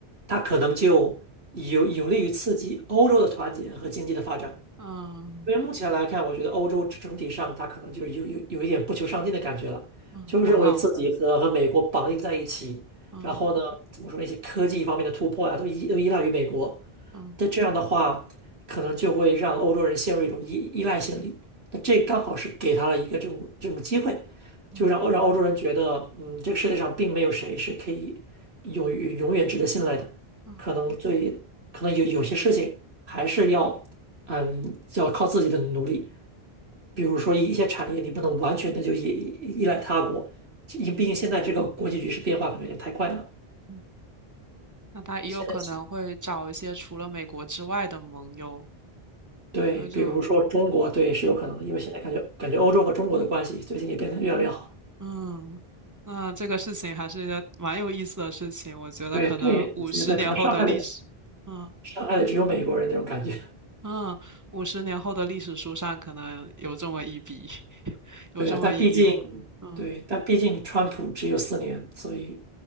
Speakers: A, on the right (about 85°); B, on the right (about 15°).
A: 它可能就有有利于刺激欧洲的团结和经济的发展。
B: 嗯
A: 因为目前来看，我觉得欧洲整体上，它可能就是有有有一点不求上进的感觉了，
B: 嗯，
A: 就是认为自己和和美国绑定在一起，
B: 养老，嗯
A: 然后呢，怎么说那些科技方面的突破呀、都依都依赖于美国。
B: 嗯
A: 那这样的话，可能就会让欧洲人陷入一种依依赖心理。那这刚好是给他了一个这种这种机会，就让欧让欧洲人觉得，
B: 嗯
A: 嗯，这个世界上并没有谁是可以永永远值得信赖的，
B: 嗯
A: 可能最可能有有些事情还是要。嗯，要靠自己的努力。比如说一一些产业，你不能完全的就依依依赖他国，因毕竟现在这个国际局势变化可能有点太快了。
B: 嗯，那他也有可能会找一些除了美国之外的盟友，
A: 现在起对，
B: 因为就
A: 比如说中国，对，是有可能因为现在感觉感觉欧洲和中国的关系最近也变得越来越好。
B: 嗯嗯。那这个事情还是一个蛮有意思的事情，我觉得可能五十年后的历史，
A: 对对，我觉得可能伤害的
B: 嗯。
A: 伤害的只有美国人那种感觉。
B: 嗯，五十年后的历史书上可能有这么一笔，<laughs>
A: <laughs>
B: 有这么一笔哦。
A: 对啊，但毕竟对，
B: 嗯
A: 但毕竟川普只有四年，所以